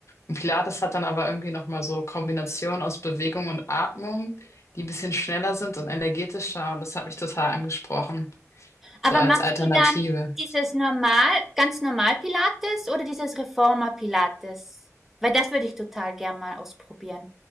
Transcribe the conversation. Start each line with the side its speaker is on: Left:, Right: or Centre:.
Left: Und Pilates hat dann aber irgendwie nochmal so Kombinationen aus Bewegung und Atmung, die ein bisschen schneller sind und energetischer und das hat mich total angesprochen, so
Centre: Aber
Left: als
Centre: machst
Left: Alternative.
Centre: du dann dieses normal, ganz normal Pilates oder dieses Reformer Pilates? Weil das würde ich total gern mal ausprobieren.